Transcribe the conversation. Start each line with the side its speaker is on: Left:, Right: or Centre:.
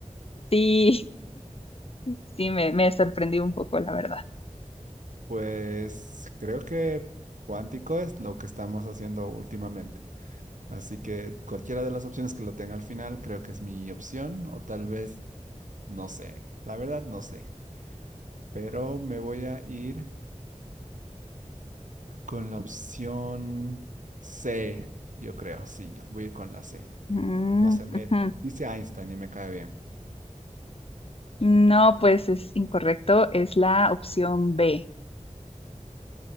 Left: Sí, sí, me, me sorprendí un poco, la verdad.
Right: Pues creo que cuántico es lo que estamos haciendo últimamente. Así que cualquiera de las opciones que lo tenga al final creo que es mi opción o tal vez, no sé, la verdad no sé, pero me voy a ir con la opción C, yo creo, sí, voy a ir con la C. Mm,
Left: Mm,
Right: No sé, me
Left: ujú.
Right: dice Einstein y me cae bien.
Left: No, pues es incorrecto. Es la opción B.